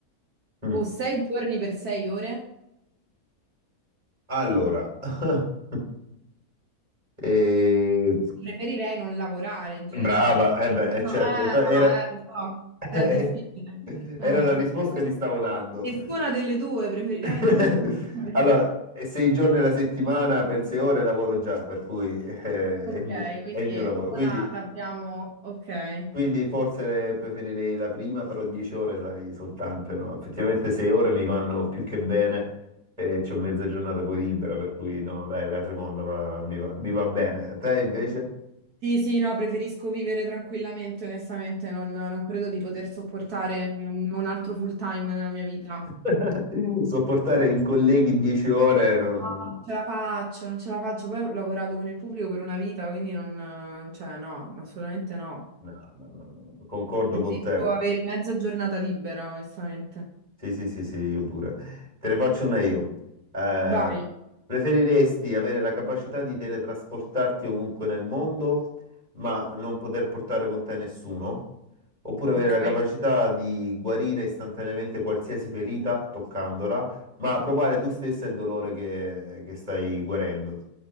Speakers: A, on the right (about 25°); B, on the right (about 75°).
A: Mm.
B: o 6 giorni per 6 ore?
A: Allora, <laughs> eh,
B: Preferirei non lavorare in generale.
A: Brava, eh beh,
B: Non
A: eh,
B: so,
A: certo,
B: eh,
A: e poi
B: no, eh,
A: era...
B: lo so,
A: <laughs>
B: è difficile. Eh.
A: era la risposta che ti stavo dando.
B: Nessuna delle due, preferirei
A: <laughs>
B: non <laughs> lavorare.
A: Allora, eh, sei giorni alla settimana per sei ore lavoro già, per cui eh, è
B: Ok,
A: il mio,
B: quindi
A: è il mio lavoro.
B: una
A: Quindi,
B: l'abbiamo. Ok.
A: quindi forse preferirei la prima, però dieci ore, sai, sono tante, no? Effettivamente sei ore mi vanno più che bene e c'ho mezza giornata poi libera, per cui no, dai, la seconda va- mi va, mi va bene. A te invece?
B: Sì, sì, no, preferisco vivere tranquillamente, onestamente, non, non credo di poter sopportare un, un altro full time nella mia vita. No,
A: <laughs> Sopportare i colleghi 10 ore, non-
B: Non ce la faccio, non ce la faccio. Poi ho lavorato con il pubblico per una vita, quindi non, cioè, no, assolutamente no.
A: no, no, no, no, no, concordo
B: Preferisco
A: con te.
B: avere mezza giornata libera, onestamente.
A: Sì, sì, sì, sì, io pure. Te ne faccio una io. Eh,
B: Vai.
A: preferiresti avere la capacità di teletrasportarti ovunque nel mondo, ma non poter portare con te nessuno? Oppure avere
B: Ok.
A: la capacità di guarire istantaneamente qualsiasi ferita toccandola, ma provare tu stessa il dolore che, che stai guarendo?